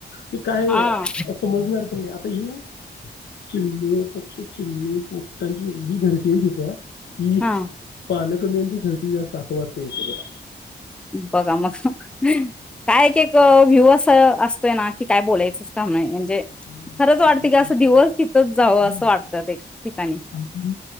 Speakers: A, on the left (about 75°); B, in the centre.
A: की काय-
B: हा
A: - समजणार पण नाई आता हे- चिमणी पक्षी चिमणी पोपंटाची एवढी गर्दी हाय तिथ. की
B: हा
A: पालक <unintelligible> अस वाटतंच एक एकदा
B: बघा मग काय एक एक व्ह्यू असं असतोय ना की काय बोलायचंच काम नाय म्हजे -
A: मला आणि
B: खरच वाटत की अस दिवस तिथच जावं
A: नाही,
B: असं वाटत ते ठिकाणीं. <inaudible>
A: आमची